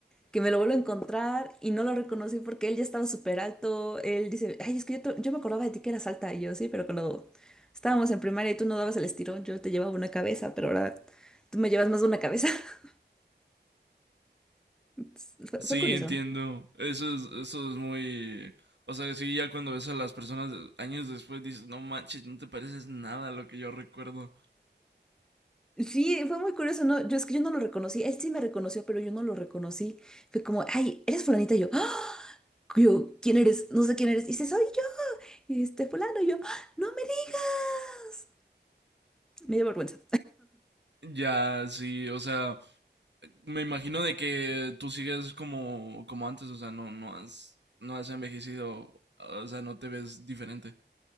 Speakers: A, in the centre; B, on the right.
A: que me lo vuelvo a encontrar y no lo reconocí porque él ya estaba súper alto. Él dice, ay, es que yo, to- yo me acordaba de ti que eras alta. Y yo, sí, pero cuando Estábamos en primaria y tú no dabas el estirón, yo te llevaba una cabeza, pero ahora tú me llevas más de una cabeza. <laughs> Fue,
B: Sí,
A: fue curioso.
B: entiendo. Eso es, eso es muy... O sea, sí, ya cuando ves a las personas de- años después dices, no manches, no te pareces nada a lo que yo recuerdo.
A: Sí, fue muy curioso, ¿no? Yo es que yo no lo reconocí. Él sí me reconoció, pero yo no lo reconocí. Fue como, ay, eres fulanita. Y yo, "Ah", yo, ¿quién eres? No sé quién eres. Y dice, soy yo. Y este fulano. Y yo, "Ah, no me digas. Me dio vergüenza.
B: Ya, sí, o sea, me imagino de que tú sigues como, como antes, o sea, no, no has, no has envejecido, o sea, no te ves diferente.